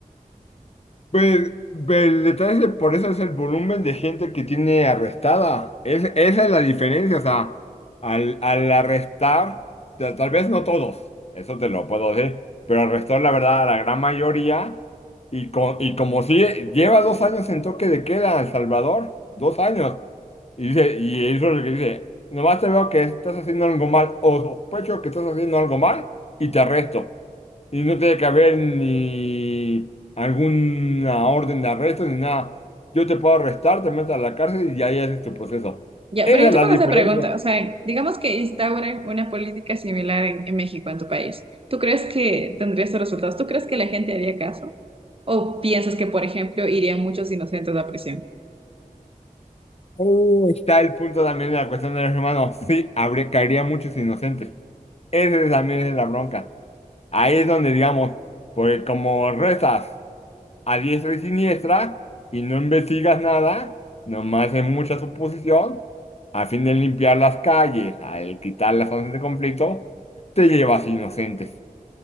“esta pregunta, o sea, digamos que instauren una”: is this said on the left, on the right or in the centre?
Right